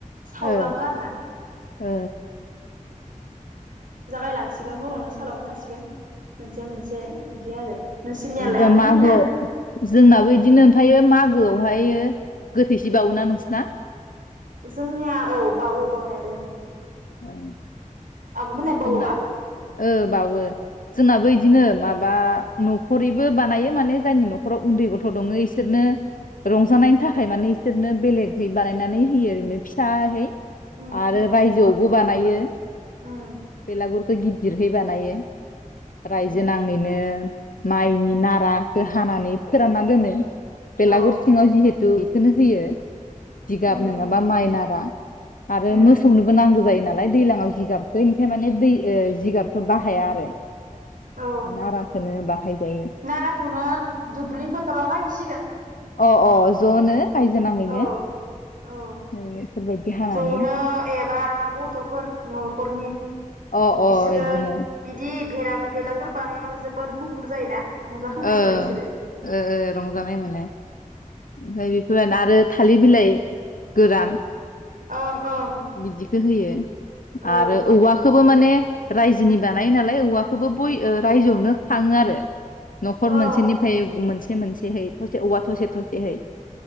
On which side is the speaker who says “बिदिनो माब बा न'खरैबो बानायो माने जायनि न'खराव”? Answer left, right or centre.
Left